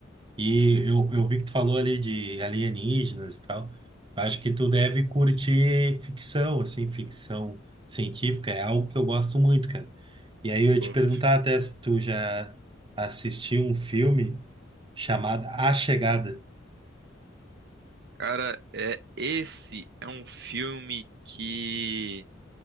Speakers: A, on the right (about 25°); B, on the right (about 60°).
A: E eu, eu vi que tu falou ali de alienígenas e tal. Acho que tu deve curtir ficção, assim, ficção científica. É algo que eu gosto muito, cara. E aí eu ia
B: Curto.
A: te perguntar até se tu já assistiu um filme chamado A Chegada.
B: Cara, é, esse é um filme que